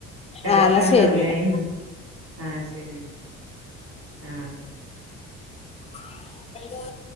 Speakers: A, on the right; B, on the left.
A: കെടക്കാൻ
B: ആ എന്നാ ശരിന്നാ
A: സമയായി. ആഹ്‌ ശരി ആഹ്‌.
B: <inaudible>